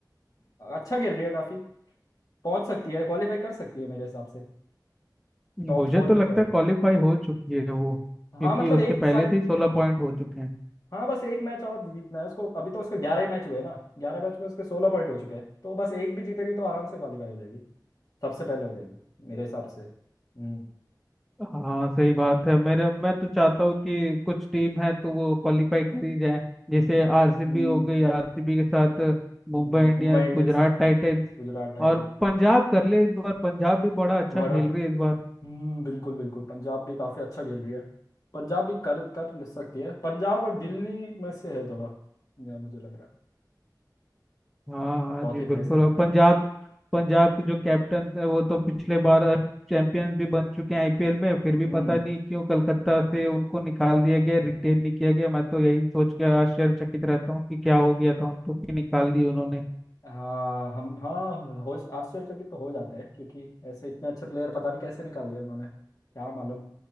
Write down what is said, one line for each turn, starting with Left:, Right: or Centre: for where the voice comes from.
Left: अच्छा खेल रही है काफी पहुंच सकती है क्वालिफाई कर सकती है मेरे हिसाब से टॉप
Centre: मुझे
Left: फोर
Centre: तो
Left: में
Centre: लगता
Left: तो होगी
Centre: है क्वालिफाई हो चुकी है वो
Left: हाँ
Centre: क्योंकि
Left: मतलब
Centre: उसके
Left: एक
Centre: पहले
Left: शायद
Centre: से ही सोलह पॉइंट हो चुके हैं
Left: हाँ बस एक मैच और जीतना है उसको अभी तो उसके ग्यारह ही मैच हुए ना ग्यारह मैच में उसके सोलह पॉइंट हो चुके हैं तो बस एक भी जीतेगी तो आराम से क्वालिफाई हो जाएगी सबसे पहले हो जाएगी मेरे हिसाब से हम्म
Centre: हाँ सही बात है मेरे मैं तो चाहता हूँ कि कुछ टीम है तो वो क्वालिफाई कर ही जाए जैसे आरसीबी
Left: हम्म,
Centre: हो गई आरसीबी के साथ मुंबई
Left: हम्म,
Centre: इंडियंस
Left: मुंबई इंडियंस
Centre: गुजरात टाइटंस
Left: गुजरात टाइटन
Centre: और पंजाब कर ले इस बार पंजाब भी बड़ा अच्छा
Left: बड़ा
Centre: खेल रही है इस बार
Left: हम्म बिल्कुल बिल्कुल पंजाब भी काफ़ी अच्छा खेल रही है पंजाब भी कर कर ले सकती है पंजाब और दिल्ली में से है थोड़ा या मुझे लग रहा है
Centre: हाँ हाँ
Left: चौथे
Centre: जी
Left: प्लेस
Centre: बिल्कुल
Left: के लिए
Centre: और पंजाब पंजाब के जो कैप्टन है वो तो पिछले बार चैंपियंस भी बन चुके हैं आईपीएल में फिर भी
Left: हम्म
Centre: पता
Left: हम्म।
Centre: नहीं क्यों कलकत्ता से उनको निकाल दिया गया रिटेन नहीं किया गया मैं तो यही सोच के आश्चर्यचकित रहता हूँ कि क्या हो गया था उनको कि निकाल दिया उन्होंने
Left: हाँ हम हाँ हो आश्चर्यचकित तो हो जाते हैं क्योंकि ऐसे इतने अच्छे प्लेयर पता नहीं कैसे निकाल दिया उन्होंने क्या मालूम